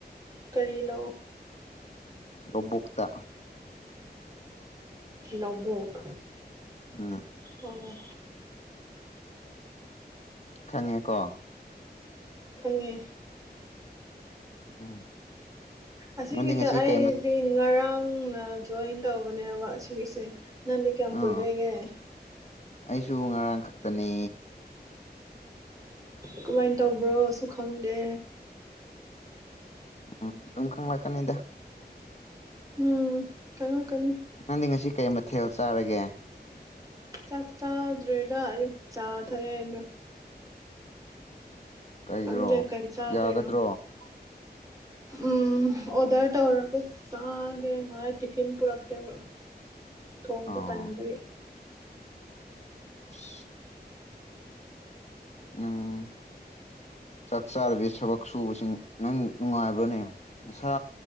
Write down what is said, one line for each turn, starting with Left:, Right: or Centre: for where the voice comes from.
Right: ꯀꯔꯤ ꯂꯧ
Left: ꯂꯧꯕꯨꯛꯇ
Right: <inaudible> ꯂꯧꯕꯣꯛ
Left: ꯎꯝ
Right: ꯑꯣ
Left: ꯈꯪꯉꯦꯀꯣ
Right: ꯈꯪꯉꯦ
Left: ꯎꯝ
Right: ꯑꯁꯤꯒꯤꯁꯦ
Left: ꯅꯪꯗꯤ ꯉꯁꯤ
Right: ꯑꯩꯗꯤ
Left: ꯀꯩ ꯃꯠ
Right: ꯉꯔꯥꯡꯅ ꯖꯣꯏꯟ ꯇꯧꯕꯅꯦꯕ ꯑꯁꯤꯒꯤꯁꯦ ꯅꯟꯗꯤ ꯀꯌꯥꯝ
Left: ꯑꯥ
Right: ꯀꯣꯏꯔꯦꯒꯦ
Left: ꯑꯩꯁꯨ ꯉꯔꯥꯡ ꯈꯛꯇꯅꯦ
Right: ꯀꯃꯥꯏ ꯇꯧꯕ꯭ꯔꯣꯁꯨ ꯈꯪꯗꯦ
Left: ꯎꯝ ꯑꯗꯨꯝ ꯈꯪꯂꯛꯀꯅꯤꯗ
Right: ꯎꯝ ꯀꯅꯥ ꯀꯅꯤ
Left: ꯅꯪꯗꯤ ꯉꯁꯤ ꯀꯩ ꯃꯊꯦꯜ ꯆꯥꯔꯒꯦ
Right: ꯆꯥꯛ ꯆꯥꯗ꯭ꯔꯤꯗ ꯑꯌꯨꯛ ꯆꯥ ꯊꯛꯑꯦ ꯑꯗꯨ
Left: ꯀꯩꯒꯤꯔꯣ
Right: ꯈꯪꯗꯦ ꯀꯩ ꯆꯥꯗꯣꯏꯅꯣ
Left: ꯌꯥꯒꯗ꯭ꯔꯣ
Right: ꯎꯝ ꯑꯣꯗꯔ ꯇꯧꯔꯒ ꯆꯥꯒꯦ ꯉꯥꯏ ꯇꯤꯐꯤꯟ ꯄꯨꯔꯛꯇꯦꯕ ꯊꯣꯡꯕ
Left: ꯑꯥ
Right: ꯇꯟꯕꯩ
Left: ꯑ <unintelligible>
Right: <inaudible>
Left: ꯅꯪ ꯆꯥꯛ ꯆꯥꯗꯕꯤ ꯊꯕꯛ ꯁꯨꯕꯁꯤꯡ ꯅꯪ ꯅꯨꯡꯉꯥꯏꯕ꯭ꯔꯅꯦ ꯃꯁꯥ